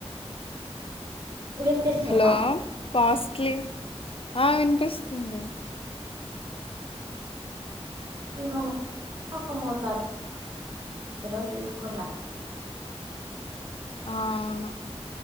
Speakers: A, on the right; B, on the left.
A: వినిపిస్తుందా
B: హలో కాస్ట్లీ ఆ వినిపిస్తుంది
A: ఇంక మనం ఒక మోతదులో తీసుకుంటా <unintelligible>
B: ఆ అవును